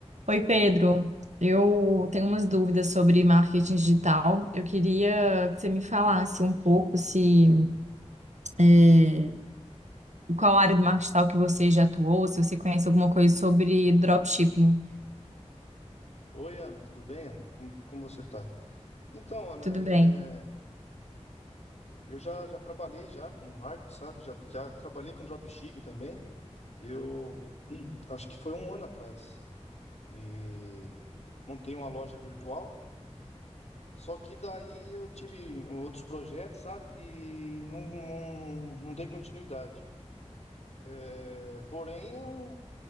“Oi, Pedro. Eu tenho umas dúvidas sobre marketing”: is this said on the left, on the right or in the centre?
Right